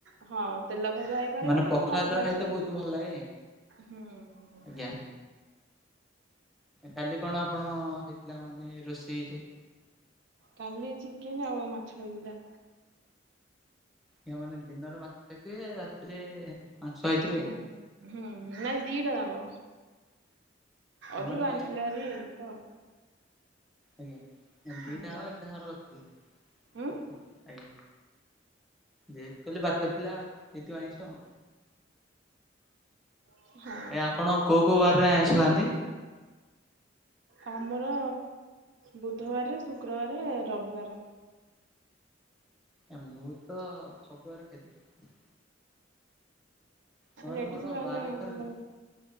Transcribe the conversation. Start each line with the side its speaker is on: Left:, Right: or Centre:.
Right: ହଁ ତେଲ ଭଜା ହେଇପାରିବ।
Centre: ମାନେ
Right: ତାକୁ
Centre: ପଖାଳ
Right: ମସଲା
Centre: ଭାତରେ ଖାଇତେ
Right: ବି
Centre: ବହୁତ ଭଲ ଲାଗେ।
Right: ହୁଁ।
Centre: ଆଜ୍ଞା କାଲି କଣ ଆପଣ ହେଇଥିଲା, ମାନେ ରୋଷେଇରେ?
Right: କାଲି ଚିକେନ୍ ଆଉ ମାଛ ହେଇଥିଲା।
Centre: କେଉଁ ମାନେ ଦିନରେ ମାଛ ଖାଇଥିବେ। ରାତିରେ ମାଂସ ଖାଇଥିବେ
Right: ହୁଁ, ହୁଁ ନାଇଁ ଦିଟା ଯାକ।
Centre: ସେମାନେ
Right: ଅଧିକ ଆଣିଥିଲେ ଭାରି ତ।
Centre: ଆଜ୍ଞା। ଦିଇଟା
Right: ହୁଁ
Centre: ଯାଙ୍କ ଏକା ସାଙ୍ଗରେ କରିଥିଲେ।
Right: ଉଁ
Centre: ଆଜ୍ଞା। ଯେହେତୁ କାଲି ବାରି ଟା ଥିଲା ହେଇଥିବ ଆଇଁଷ।
Right: ହୁଁ <inaudible>
Centre: ଏ ଆପଣ କୋଉ କୋଉ ବାରରେ ଆଇଁଷ ଖାଆନ୍ତି?
Right: ଆମର ବୁଧବାରେ, ଶୁକ୍ରବାରେ, ରବିବାରେ।
Centre: ଏ ମୁଁ ତ ସବୁବାରେ ଖାଇ ଦିଏ। ତାମାନେ
Right: ଲେଡିଜ
Centre: ମୋର
Right: ମାନେ
Centre: ବାର ଫାର
Right: ଆମର